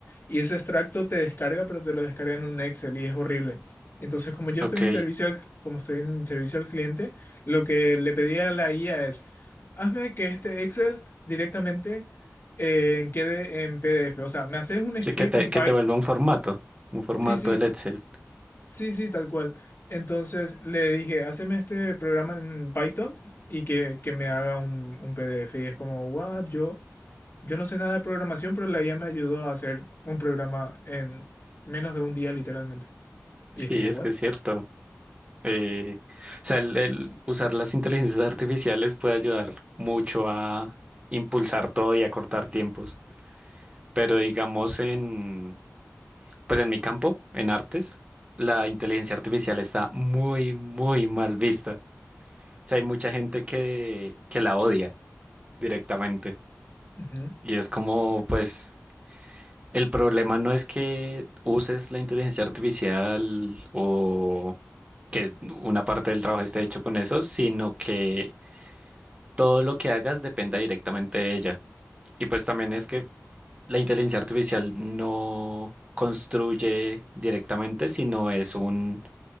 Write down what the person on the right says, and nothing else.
ok.
Sí,
que te,
que te vuelva un formato, un formato
del Excel.
Sí,
es
que es cierto. Eh, o sea, el, el usar las inteligencias artificiales puede ayudar mucho a impulsar todo y a cortar tiempos. Pero digamos en, pues en mi campo, en artes, la inteligencia artificial está muy, muy mal vista. O sea, hay mucha gente que, que la odia directamente.
Y es como, pues, el problema no es que uses la inteligencia artificial o que una parte del trabajo esté hecho con eso, sino que todo lo que hagas dependa directamente de ella. Y pues también es que la inteligencia artificial no construye directamente, sino es un,